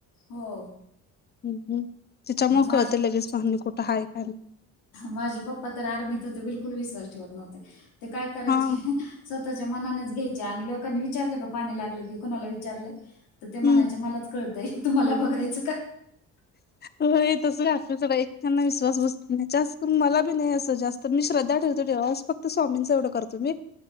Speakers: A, on the left; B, on the left.
A: हो
B: हं हं त्याच्यामुळे
A: मा
B: कळतंय लगेच पाणी कुठं हाय का नाही.
A: माझे पप्पा तर आर्मीत होते बिलकुल विश्वास ठेवत नव्हते ते काय करायचे
B: हा
A: स्व तःच्या मनानेच घ्यायचे आणि लोकांनी विचारलं का पाणी लागलं की कुणाला विचारलं. ते म्हणायचे
B: हम्म
A: मलाच कळतंय तुम्हाला बघायचं का
B: होय तसं असतं सगळं एकेकांना ना विश्वास बसत नाही, करून मला बी नाही असं जास्त मी श्रद्धा देवांवर ठेवतो फक्त स्वामींचं एवढं करतो मी